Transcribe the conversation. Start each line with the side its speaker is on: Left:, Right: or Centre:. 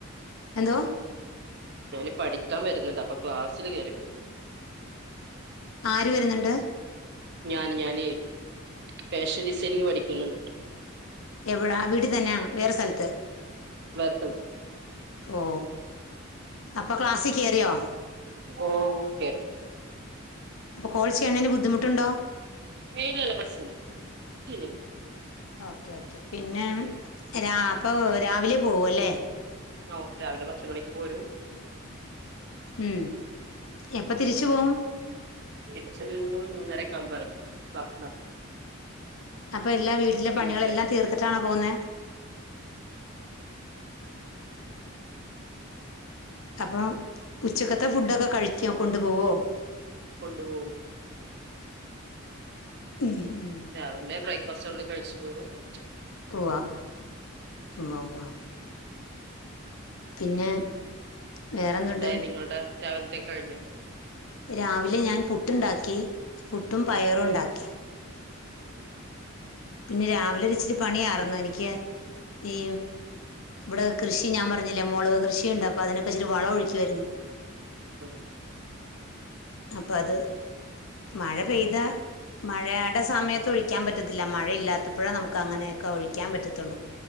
Left: എന്തോ
Right: ഞാൻ പഠിക്കാൻ വരുന്നൊണ്ട്. അപ്പൊ ക്ലാസ്സില് കേറിപ്പോ.
Left: ആര് വരുന്നൊണ്ട്?
Right: ഞാന് ഞാനേ ഫാഷൻ ഡിസൈനിങ് പഠിക്കുന്നുണ്ട്
Left: എവിടാ വീട്ടി തന്നയാ വേറെ സ്ഥലത്ത്
Right: <unintelligible>
Left: ഓ അപ്പൊ ക്ലാസ്സിൽ കയറിയോ
Right: ഓക്കെ
Left: അപ്പോ കോഴ്സ് ചെയ്യണതിന് ബുദ്ധിമു ട്ടുണ്ടോ
Right: ഏയ് ഇല്ലല്ല ബസ് <unintelligible> ഇല്ല ല്ല
Left: ഓക്കെ ഓക്കെ പിന്നെ രാ അപ്പൊ രാവിലെ പോവല്ലേ
Right: ഓ രാവിലെ പത്ത് മണിക്ക് പോരും
Left: ഉം എപ്പ തിരിച്ചു പോവും
Right: തിരിച്ചൊരു മൂന്നരക്കെ ആമ്പയെറങ്ങും ക്ലാസിന്നേറങ്ങും
Left: അപ്പൊ എല്ലാം വീട്ടിലെ പണികളെല്ലാം
Right: വീട്ടിലെത്തി
Left: തീർത്തിട്ടാണോ പോകുന്നെ
Right: <unintelligible>
Left: അപ്പൊ ഉച്ചക്കത്തെ ഫുഡൊക്കെ കഴിക്കോ കൊണ്ടുപോവോ
Right: കൊണ്ട്പോവും.
Left: ഉം ഉം
Right: രാവിലെ ബ്രേക്ക്ഫാസ്റ്റ് കഴിച്ച് പോരുലെ
Left: പോവാ മ്മവാ പിന്നെ വേറെന്തുണ്ട്
Right: ന്തായി നിങ്ങൾടെ രാവിൽത്തെ കഴിഞ്ഞോ
Left: രാവിലെ ഞാൻ പുട്ടുണ്ടാക്കി പുട്ടും പയറുണ്ടാക്കി.
Right: <unintelligible>
Left: പിന്നെ രാവിലെ ഒരിച്ചിരി പണിയാറുന്നു എനിക്ക് ഈ ഇവിടെ കൃഷി ഞാൻ പറഞ്ഞില്ലേ മുളക് കൃഷി ക്കെണ്ട് അപ്പൊ അതിനൊക്കെച്ചിരി വളം ഒഴിക്കുവാരുന്നു
Right: ആ
Left: അപ്പൊ അത് മഴ പെയ്ത മഴെടെ സമയത്ത് ഒഴിക്കാൻ പറ്റത്തില്ല മഴയില്ലാത്തപ്പഴേ നമ്മക്കങ്ങനെയൊക്കെ ഒഴിക്കാൻ പറ്റത്തുള്ളൂ